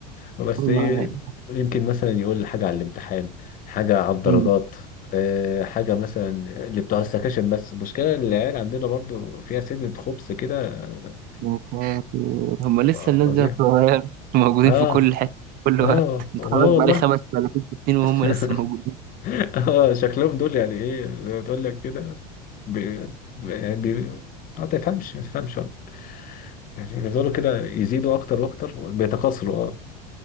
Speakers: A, on the left; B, on the right.
A: بس
B: والله
A: ايه
B: يعني
A: يمكن مثلا يقول لي حاجة على الامتحان حاجة على الدرجات
B: مم.
A: آه، حاجة مثلا اللي بتوع السكاشن بس المشكلة إن العيال عندنا برضو فيها سنة خبث كده آه،
B: يا ساتر هم
A: ف-
B: لسه الناس
A: فظيع
B: دي صغير موجودين
A: اه
B: في كل حتة في كل
A: اه
B: وقت متخرج
A: اه والله
B: بقالي خمس ولا ست سنين
A: <laughs>
B: وهم لسه موجودين
A: اه شكلهم دول يعني ايه زي ما تقول لك كده بي بي- يعني بي آه، ما تفهمش ما تفهمش والله. يعني بيفضلوا كده يزيدوا اكتر واكتر بيتكاثروا اه